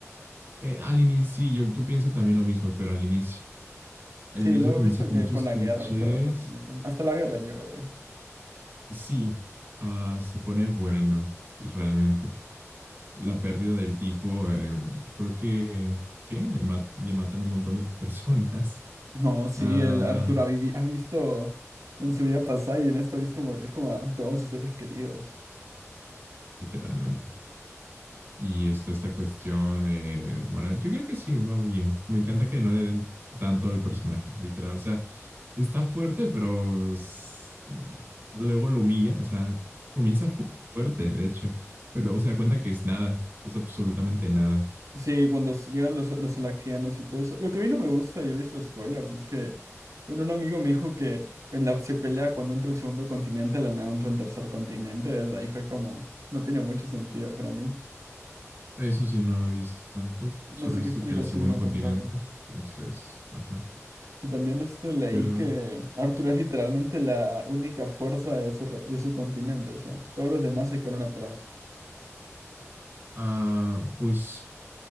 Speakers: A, on the right; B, on the right.
A: eh, al inicio, sí, yo, yo pienso también lo mismo, pero al inicio. Al
B: Sí,
A: inicio
B: luego
A: comienza
B: he visto
A: con
B: que
A: muchos
B: con la
A: clichés.
B: guerra y todo eso se meten. Hasta la guerra llegó yo hoy.
A: Sí, ah, se pone bueno, realmente. La pérdida del tipo, eh, creo que, ¿qué? Le, ma- le matan un montón de personas, <laughs>
B: No, sí,
A: Ah,
B: el Arturo ha, vivi- ha visto en su vida pasada y en esta ha visto morir como a todos sus seres queridos.
A: literalmente. y está esta cuestión eh, moral. Yo creo que sí, va bien. Me encanta que no le den tanto al personaje, literal. O sea, está fuerte, pero s- luego lo humillan. O sea, comienza fu- fuerte, de hecho, pero luego se da cuenta que es nada, es absolutamente nada.
B: Sí, cuando s- llegan los, los alacrianos y todo eso. Lo que a mí no me gusta, y he visto spoilers, es que, bueno, un amigo me dijo que en la se pelea cuando entra el segundo continente, de la nada entra un tercer continente. Desde ahí fue como, no tiene mucho sentido para mí.
A: Eso sí, no he visto tanto.
B: No
A: Solo
B: sé
A: he visto
B: qué explicación
A: que el segundo
B: le habrán
A: continente.
B: dado.
A: Entonces, ajá.
B: Y también este, leí
A: Pero,
B: que Arthur es literalmente la única fuerza de su, re- de su continente, o sea, todos los demás se quedaron atrás.
A: ah, pues